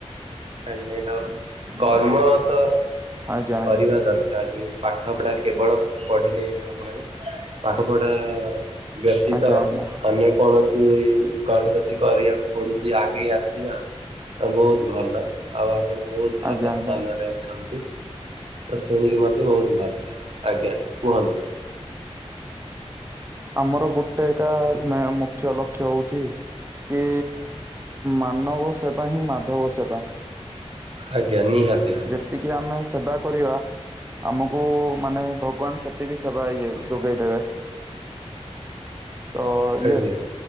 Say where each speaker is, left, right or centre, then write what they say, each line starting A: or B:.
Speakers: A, on the right; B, on the right.
A: କାହିଁକି ନା କର୍ମ ତ
B: ଆଜ୍ଞା ଆଜ୍ଞା
A: କରିବା ଦରକାର ହିଁ। ପାଠ ପଢ଼ା କେବଳ ପଢ଼ିଲେ ହବ ନାହିଁ ପାଠ ପଢ଼ା ବ୍ୟତୀତ
B: ଆଜ୍ଞା ଆଜ୍ଞା
A: ଅନ୍ୟ କୌଣସି କରସତି କରିବାକୁ ପଡ଼ୁଛି ଆଗେଇ ଆସିବା ବହୁତ ଭଲ। ଆଉ ଆପଣ ବହୁତ ଭଲ
B: ଆଜ୍ଞା ଆଜ୍ଞା
A: ସ୍ଥାନରେ ଅଛନ୍ତି। ତ ଶୁଣିକି ମତେ ବହୁତ ଭଲ ଆଜ୍ଞା ଆଜ୍ଞା କୁହନ୍ତୁ।
B: ଆମର ଗୋଟେ ଏକା ମୁଖ୍ୟ ଲକ୍ଷ୍ୟ ହଉଛି କି ମାନବ ସେବା ହିଁ ମାଧବ ସେବା।
A: ଆଜ୍ଞା ନିହାତି। ଭାବରେ
B: ଯେତିକି ଆମେ ସେବା କରିବା ଆମକୁ ମାନେ ଭଗବାନ ସେତିକି ସେବା ଇଏ ଯୋଗେଇ ଦେବେ। ତ
A: ଆଜ୍ଞା
B: ଇଏ